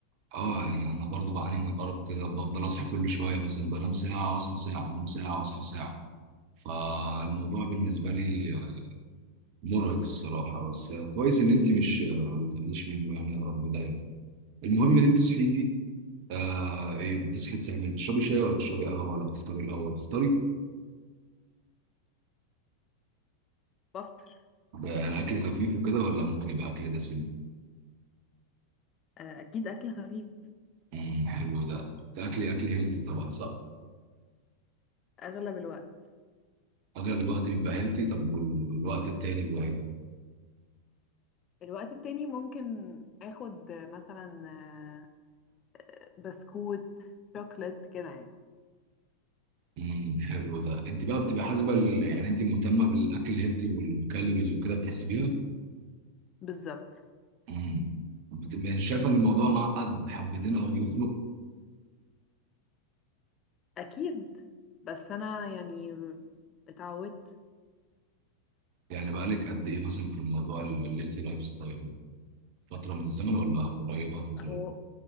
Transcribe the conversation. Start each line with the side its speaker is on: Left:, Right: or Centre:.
Right: اه يعني انا برضه بعاني من الارق كده بفضل اصحى كل شويه مثلا بنام ساعه واصحى ساعه انام ساعه واصحى ساعه فالموضوع بالنسبه لي مرهق الصراحة بس كويس إن أنت مش ما بتعانيش منه يعني يا رب دايما المهم إن أنت صحيتي آه إيه بتصحي تعملي بتشربي شاي ولا بتشربي قهوة ولا بتفطري الأول بتفطري
Left: بفطر
Right: ب- يعني أكل خفيف وكده ولا ممكن يبقى أكل دسم
Left: آه، أكيد أكل خفيف
Right: امم حلو ده أكل أكل هيلثي طبعا صح
Left: أغلب الوقت
Right: أغلب الوقت بيبقى هيلثي طب والوقت التاني بيبقى إيه
Left: الوقت التاني ممكن أخد آه، مثلا آه، بسكوت شوكليت كده يعني
Right: امم حلو ده أنت بقى بتبقى حاسبة ال- يعني أنت مهتمة بالأكل الهيلثي والكالوريز وكده بتحسبيها
Left: بالظبط
Right: امم بت- يعني شايفة إن الموضوع معقد حبتين أو يخنق
Left: أكيد بس أنا يعني اتعودت
Right: يعني بقالك قد ايه مثلا في الموضوع الهيلثي لايف ستايل فتره من الزمن ولا قريبه فتره
Left: هو
Right: قريبة؟